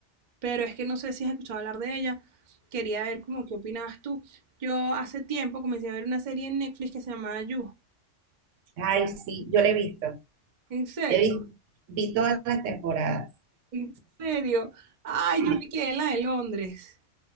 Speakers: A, on the right; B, on the right.
A: pero es que no sé si has escuchado hablar de ella. Quería ver como qué opinabas tú. Yo hace tiempo comencé a ver una serie en Netflix que se llama You.
B: Ay, sí, yo la he visto.
A: ¿En serio?
B: He vi, vi todas las temporadas.
A: En serio. Ay,
B: Sí.
A: yo me quedé en la de Londres.